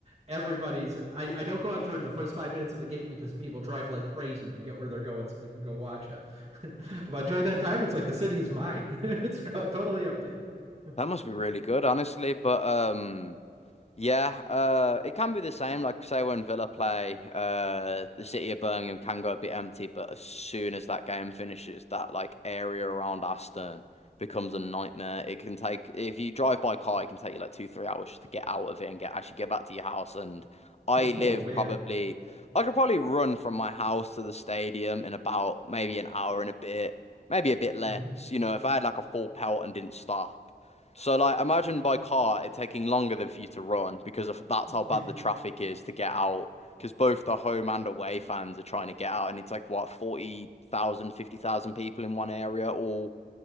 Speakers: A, on the right; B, on the left.
A: Everybody's I, I don't go out during the first five minutes of the game because people drive like crazy to get where they're going so they can go watch it. <laughs> But during that time, it's like the city is mine. <laughs> It's totally empty.
B: That must be
A: <laughs>
B: really good, honestly. But um. Yeah, uh, it can be the same. Like say when Villa play, uh, the city of Birmingham can go a bit empty, but as soon as that game finishes, that like area around Aston becomes a nightmare. It can take if you drive by car, it can take you like two, three hours just to get out of it and get actually get back to your house. And I live
A: Oh man.
B: probably, I could probably run from my house to the stadium in about maybe an hour and a bit, maybe a bit less.
A: hmm
B: You know, if I had like a full pelt and didn't stop. So like imagine by car it taking longer than for you to run because of that's
A: <laughs>
B: how bad the traffic is to get out because both the home and away fans are trying to get out and it's like what 40,000 50,000 people in one area all